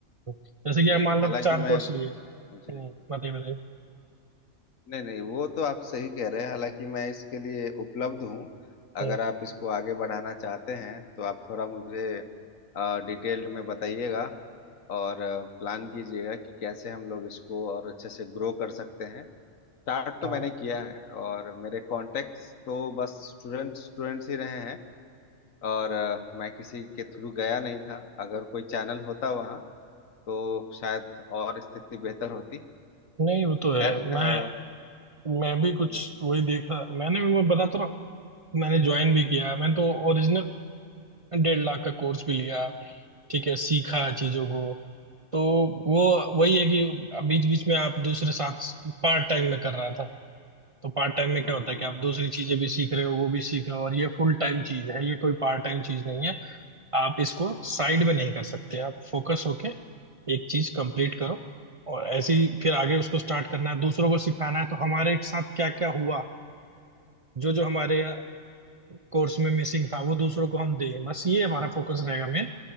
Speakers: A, on the right (about 45°); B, on the left (about 85°).
A: हो जैसे कि
B: जी
A: आप मान
B: जी हालांकि
A: लो चार कोर्स
B: मैं
A: लिए
B: जी
A: हम्म बताइए बताइए
B: नहीं नहीं वो तो आप सही कह रहे हैं हालांकि मैं इसके लिए उपलब्ध हूँ अगर
A: हम्म
B: आप इसको आगे बढ़ाना चाहते हैं तो आप थोड़ा मुझे डिटेल्ड में बताइएगा और प्लान कीजिएगा कि कैसे हम लोग इसको और अच्छे से ग्रो कर सकते हैं स्टार्ट तो
A: हाँ
B: मैंने किया है और मेरे कॉन्टेक्ट्स तो बस स्टूडेंट्स स्टूडेंट्स ही रहे हैं और अ, मैं किसी के थ्रू गया नहीं था अगर कोई चैनल होता वहाँ तो शायद और स्थिति बेहतर होती
A: नहीं वो तो है
B: खैर
A: मैं
B: अ,
A: मैं भी कुछ
B: जी
A: वही देखा मैंने मैं बता तो रहा हूँ, मैंने ज्वाइन भी किया मैंने तो ओरिजिनल डेढ़ लाख का कोर्स भी लिया ठीक है सीखा चीजों को तो वो वही है कि बीच बीच में आप दूसरे साथ पार्ट टाइम में कर रहा था तो पार्ट टाइम में क्या
B: हम्म
A: होता
B: हम्म
A: है कि
B: हम्म।
A: आप दूसरी चीजें भी सीख रहे हो वो भी सीख रहे हो और ये फुल टाइम चीज है ये कोई पार्ट टाइम चीज नहीं है आप इसको साइड में नहीं कर सकते आप फोकस होके एक चीज कंप्लीट करो और ऐसे ही फिर आगे उसको स्टार्ट करना है दूसरों को सिखाना है तो हमारे साथ क्या क्या हुआ जो जो हमारे कोर्स में मिसिंग था वो दूसरों को हम दें बस ये हमारा फोकस रहेगा मेन